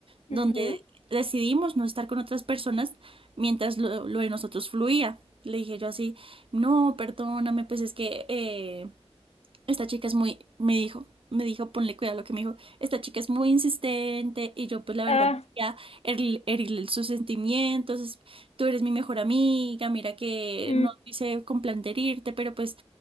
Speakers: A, on the right; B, on the left.
A: donde
B: Ujú.
A: decidimos no estar con otras personas mientras lo, lo de nosotros fluía. Le dije yo así, no, perdóname, pues es que eh, esta chica es muy, me dijo, me dijo, ponle cuidado a lo que me dijo. Esta chica es muy insistente y yo pues la verdad
B: Ah,
A: no quería herir- herirle sus sentimientos. es- Tú eres mi mejor amiga, mira que
B: mm,
A: no lo hice con plan de herirte, pero pues